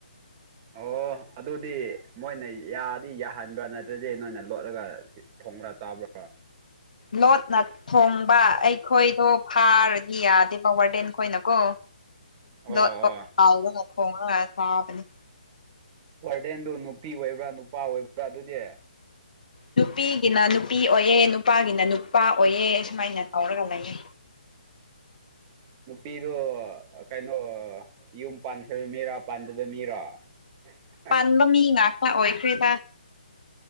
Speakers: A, on the right (about 25°); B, on the left (about 65°).
A: ꯑꯣ ꯑꯗꯨꯗꯤ ꯃꯣꯏꯅ ꯌꯥꯗꯤ ꯌꯥꯍꯟꯕ꯭ꯔꯥ ꯅꯠꯇ꯭ꯔꯗꯤ ꯅꯣꯏꯅ ꯂꯣꯠꯔꯒ ꯊꯣꯡ꯭ꯉꯔ ꯆꯥꯕ꯭ꯔ
B: ꯂꯣꯠꯅ ꯊꯣꯡꯕ ꯑꯩꯈꯣꯏꯗꯣ ꯐꯥꯔꯗꯤ ꯌꯥꯗꯦꯕ ꯋꯥꯔꯗꯦꯟ ꯈꯣꯏꯅ ꯀꯣ
A: ꯑꯣ
B: ꯂꯣꯠꯄ
A: ꯑꯣ
B: ꯇꯥꯎꯕꯒ ꯊꯣꯡꯔꯒ ꯆꯥꯕꯅꯤ
A: ꯋꯥꯔꯗꯦꯟꯗꯨ ꯅꯨꯄꯤ ꯑꯣꯏꯕ꯭ꯔꯥ ꯅꯨꯄꯥ ꯑꯣꯏꯕ꯭ꯔꯥ ꯑꯗꯨꯗꯤ
B: ꯅꯨꯄꯤꯒꯤꯅ ꯅꯨꯄꯤ ꯑꯣꯏꯌꯦ ꯅꯨꯄꯥꯒꯤꯅ ꯅꯨꯄꯥ ꯑꯣꯏꯑꯦ ꯁꯨꯃꯥꯏꯅ ꯇꯧꯔꯒ ꯂꯩꯌꯦ
A: ꯅꯨꯄꯤꯗꯣ ꯀꯩꯅꯣ ꯌꯨꯝ ꯄꯥꯟꯈꯔꯕ ꯃꯤꯔꯥ ꯄꯥꯟꯗꯕ ꯃꯤꯔꯣ <inaudible>
B: ꯄꯥꯟꯕ ꯃꯤ ꯉꯥꯛꯇ ꯑꯣꯏꯈꯔꯦꯗ